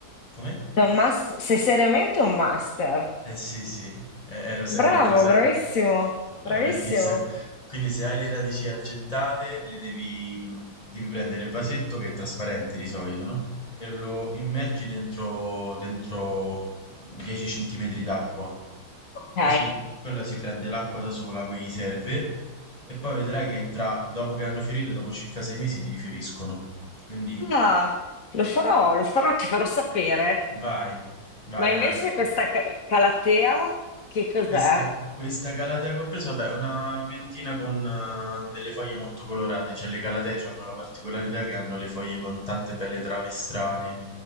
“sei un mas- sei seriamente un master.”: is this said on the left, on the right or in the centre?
Left